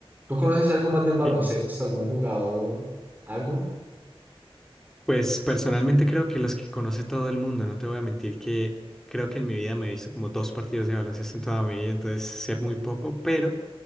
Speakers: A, on the right; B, in the centre.
A: ¿Tú conoces algo más del baloncesto,
B: E-
A: algún jugador, algo?
B: Pues personalmente creo que los que conoce todo el mundo, no te voy a mentir que creo que en mi vida me he visto como dos partidos de baloncesto en toda mi vida, entonces sé muy poco, pero